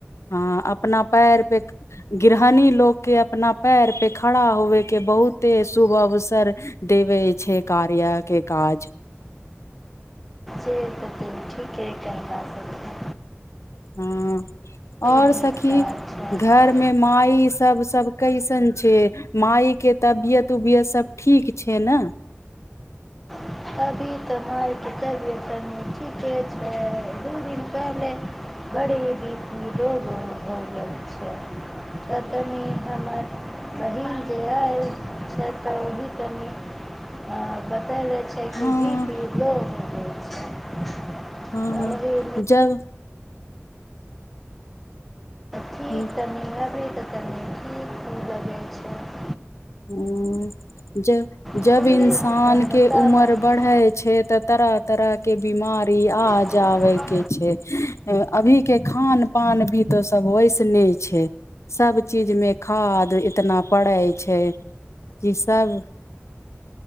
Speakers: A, on the left; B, in the centre.
A: हं अपना पैर पे गृहणी लोक के अपना पैर पे खड़ा होवे के बहुते शुभ अवसर देबय छै कार्या के काज
B: से त' तों ठीके कहला सखी
A: हँ और
B: नीक
A: सखी
B: काज छै।
A: घरमे
B: तब,
A: माइ सब सब कैसन छै मायके तबियत उबियत सब ठीक छै ने
B: <unintelligible> छै
A: हँ
B: कि बीपी लो भ' गेलै <unintelligible> <unintelligible> तऽ
A: हँ जब
B: ठीक
A: ह
B: तनी अभी तनी ठीक की लगै छै
A: हं जब जब
B: तू अपन
A: इन्सान
B: बताबऽ
A: के उमर
B: से
A: बढ़ै छै तऽ तरह तरह के बीमार ई आ
B: तऽ
A: जाबे
B: हँ,
A: के छै अभी के खान पान भी त सब वैसन नै छै सब चीजमे खाद इतना पड़ै छै की सभ